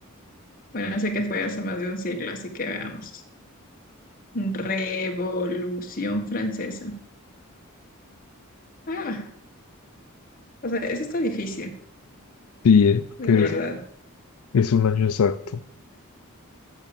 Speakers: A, on the left; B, on the left.
A: Bueno, sé que fue hace más de un siglo, así que veamos. Revolución Francesa. Ah, o sea, eso está difícil,
B: Sí, eh,
A: la
B: que
A: Sí.
B: es,
A: verdad.
B: es un año exacto.